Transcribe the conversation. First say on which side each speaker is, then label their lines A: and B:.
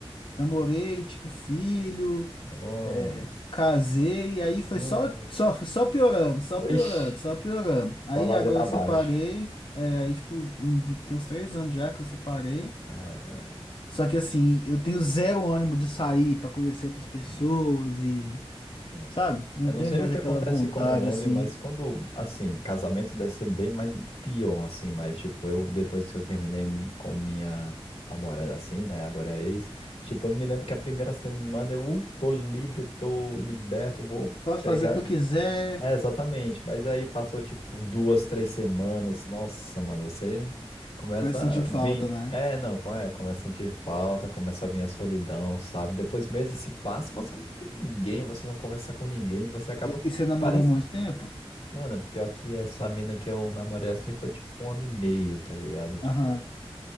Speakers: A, on the left; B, on the left.
A: namorei, tive filho,
B: Nossa,
A: é, Casei e aí foi
B: nossa,
A: só, só, só piorando, só piorando,
B: Ixi,
A: só piorando. Aí
B: só ladeira
A: agora
B: abaixo.
A: eu separei, é, aí tipo, em vi- tem uns três anos já que eu separei.
B: caramba,
A: Só que assim, eu tenho zero ânimo de sair pra conhecer outras pessoas
B: não,
A: e,
B: não.
A: sabe? Não
B: Eu não
A: tem
B: sei
A: mais
B: o que
A: aquela
B: acontece
A: vontade
B: com o homem,
A: assim.
B: mas quando, assim, casamento deve ser bem mais pior, assim, mas, tipo, eu, depois que eu terminei com minha namorada, assim, né, agora é ex, tipo, eu me lembro que a primeira semana eu uh, tô livre, tô liberto, vou
A: Posso
B: pegar
A: fazer o que eu quiser,
B: É, exatamente. Mas aí passou tipo duas, três semanas. Nossa, mano, você começa
A: vai sentir
B: a
A: falta,
B: vir.
A: né?
B: É, não, como é? Começa a sentir falta, começa a vir a solidão, sabe? Depois meses se passam, você não tem ninguém, você não conversa com ninguém, você acaba.
A: E, e você namorou
B: Parece.
A: há muito tempo?
B: Mano, pior que essa mina que eu namorei assim foi tipo um ano e meio, tá ligado? Tipo,
A: Aham,